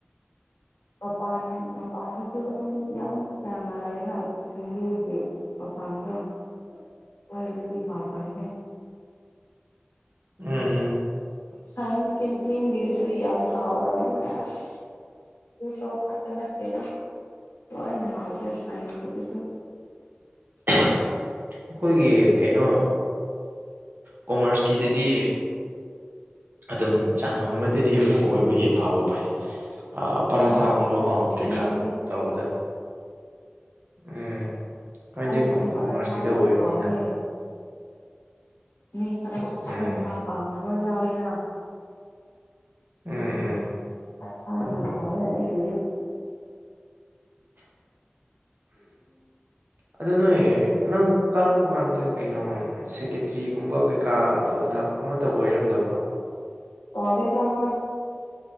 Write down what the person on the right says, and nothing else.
ꯎꯝ
ꯎꯝ ꯎꯝ
ꯑꯍ ꯑꯩꯈꯣꯏꯒꯤ ꯀꯩꯅꯣ ꯀꯣꯃꯥꯔꯁꯀꯤꯗꯗꯤ ꯑꯗꯨꯝ ꯆꯥꯡ ꯑꯃꯗꯗꯤ ꯑꯃꯨꯛ ꯑꯣꯏꯕꯒꯤ ꯐꯕ ꯐꯩ ꯄꯔꯥꯊꯥꯒꯨꯝꯕꯀꯣ
ꯀꯩꯀꯥ
ꯇꯧꯕꯗꯣ ꯎꯝ ꯅꯣꯏꯗꯤ
ꯀꯣꯃꯔꯁꯀꯤꯗ
ꯑꯣꯏꯕꯅꯤꯅ
ꯎꯝ
ꯎꯝ ꯎꯝ
ꯑꯗꯨ ꯅꯣꯏ ꯅꯪ ꯀꯥꯔꯛꯄ ꯀꯥꯟꯗ ꯀꯩꯅꯣ ꯁꯦꯀꯦꯇ꯭ꯔꯤꯒꯨꯝꯕ ꯀꯩꯀꯥ ꯑꯗꯨ ꯑꯗꯥ ꯑꯃꯠꯇ ꯑꯣꯏꯔꯝꯗꯕ꯭ꯔꯣ